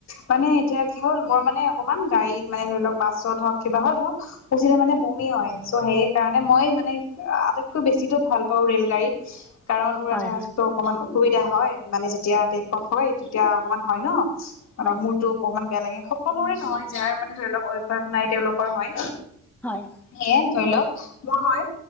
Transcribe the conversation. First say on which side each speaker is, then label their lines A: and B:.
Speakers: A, on the left; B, in the centre.
A: মানে এতিয়া কি হ'ল মোৰ মানে অকণমান গাড়ীত মানে ধৰি লওঁক বাছত হওঁক কিবাহত হক উঠিলে মানে বমি হয় চৌ' সেই কাৰণে মই মানে আটাইতকৈ বেছিতো ভাল পাওঁ ৰেল গাড়ীত কাৰণ উৰা
B: হয়
A: জাহাজতো
B: হয়
A: অকমান অসুবিধা হয় মানে যেতিয়া হয় তেতিয়া অকমান হয় ন মানে
B: হয়
A: মূৰটো ব অকমান বেয়া লাগে সকলোৰে নহয় যাৰ মানে ধৰি লওঁক অভ্যয়াস নাই তেওঁলোকৰ হয়
B: হয়
A: ইয়ে ধৰি লওক মোৰ হয়